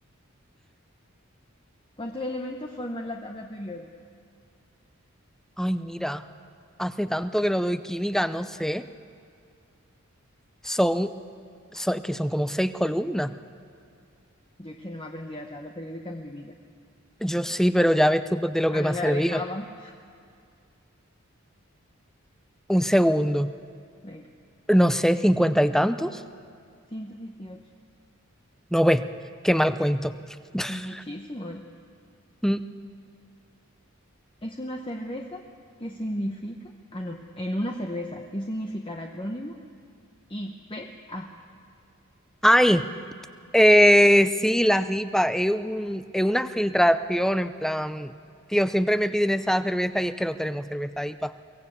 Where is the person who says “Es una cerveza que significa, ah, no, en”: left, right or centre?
Left